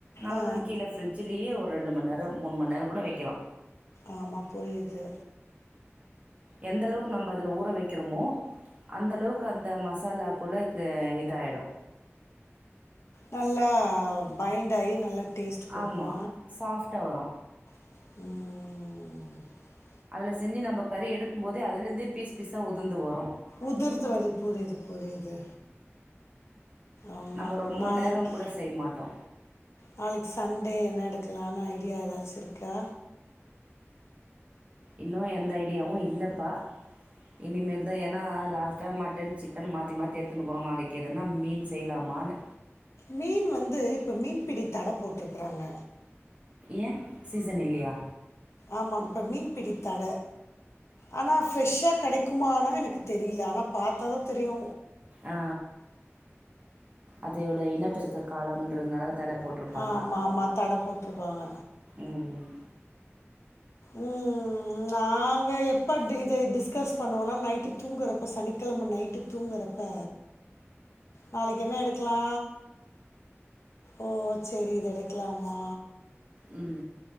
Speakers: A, on the right (about 30°); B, on the left (about 70°).
A: நார்மல்
B: ஆ
A: கீழ ஃபிரிட்ஜிலயே ஒரு ரெண்டு மண் நேர மூணு மண் நேர கூட வெக்கலா
B: ஆமா புரியுது
A: எந்தளவுக்கு நம்ம அதுல ஊற வெக்கறமோ அந்த அளவுக்கு அந்த மசாலாக்குள்ள க இதாயிடு
B: நல்லா பைண்ட் ஆயி நல்லா டேஸ்ட் குடுக்கு
A: ஆம்மா சாஃப்டா வரு
B: ம்
A: அதுல செஞ்சு நம்ம கறி எடுக்கும் போதே அதுலருந்தே பீஸ் பீஸா உதுந்து வரு
B: உதிர்ந்து வரு புரியுது புரியுது ஆமா
A: நம்ம ரொம்ப
B: நாளைக்கு
A: நேரோ கூட செய்ய மாட்டோ
B: நாளைக்கு சண்டே என்ன எடுக்கலானு ஐடியா ஏதாச்சு இருக்கா
A: இன்னு எந்த ஐடியாவு இல்லப்பா இனிமேல்தா ஏன்னா லாஸ்ட்டா மட்டன் சிக்கன் மாத்தி மாத்தி எடுத்துனுக்றோ நாளைக்கு எதுனா மீன் செய்யலாமானு
B: மீன் வந்து இப்ப மீன்பிடி தடை போட்ருக்கறாங்க
A: ஏ சீசன் இல்லையா
B: ஆமா இப்ப மீன் பிடித்தட ஆனா ஃப்ரெஷ்ஷா கெடைக்குமானா எனக்கு தெரில ஆனா பாத்தாதா தெரியு
A: ஆ அதையோட இனப்பெருக்க காலம்ன்றனால தட போட்ருப்பாங்க
B: ஆமாம் ஆமாம் தடை போட்டிருப்பாங்க
A: ம்
B: ம் நாங்க எப்ப டி இத டிஸ்கஸ் பண்ணுவோன்னா நைட்டு தூங்குறப்ப சனிக்கெழம நைட்டு தூங்குறப்ப நாளக்கி என்ன எடுக்லா ஓ சேரி இத எடுக்கலாமா
A: உம்